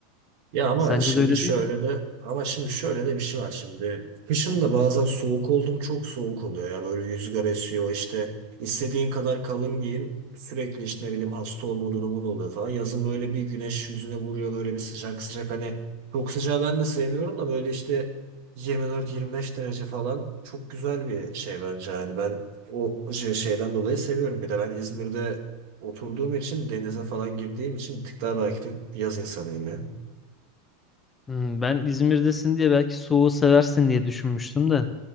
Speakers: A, on the right (about 60°); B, on the left (about 15°).
A: Ya ama
B: Sence
A: şimdi
B: de öyle
A: şöyle
B: değil mi?
A: de ama şimdi şöyle de bir şey var şimdi. Kışın da bazen soğuk oldum çok soğuk oluyor ya böyle rüzgar esiyor işte istediğin kadar kalın giyin sürekli işte ne bileyim hasta olma durumun oluyor falan. Yazın böyle bir güneş yüzüne vuruyor böyle bir sıcak sıcak hani çok sıcağı ben de sevmiyorum da böyle işte 24-25 derece falan çok güzel bir şey bence yani ben o şey, şeyden dolayı seviyorum. Bir de ben İzmir'de oturduğum için denize falan girdiğim için bir tık daha belki de yaz insanıyım ya.
B: Hmm, ben İzmir'desin diye belki soğuğu seversin diye düşünmüştüm de.